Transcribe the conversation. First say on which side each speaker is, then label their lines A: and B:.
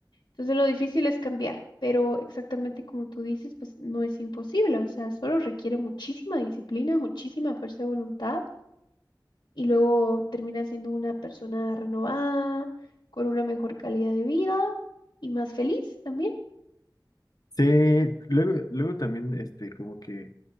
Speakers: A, on the left; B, on the left.
A: Entonces lo difícil es cambiar, pero exactamente como tú dices, pues no es imposible, o sea, solo requiere muchísima disciplina, muchísima fuerza de voluntad y luego termina siendo una persona renovada, con una mejor calidad de vida y más feliz también.
B: Sí, luego, luego también, este, como que